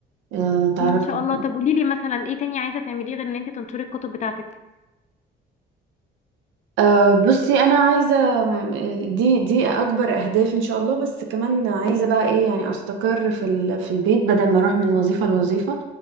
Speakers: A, on the right; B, on the left.
A: آه تعرفي
B: ان شاء الله طب قولي لي مثلا ايه تاني عايزه تعمليه غير ان انت تنشري الكتب بتاعتك
A: آه بصي انا عايزة م- آه، دي دي اكبر اهدافي ان شاء الله بس كمان عايزة بقى ايه يعني استقر في ال في البيت بدل ما اروح من وظيفة لوظيفة